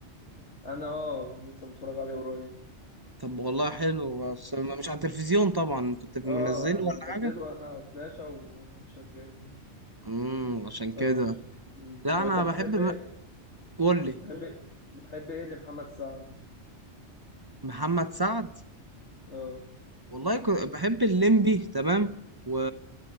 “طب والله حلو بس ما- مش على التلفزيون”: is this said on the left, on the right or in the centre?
Right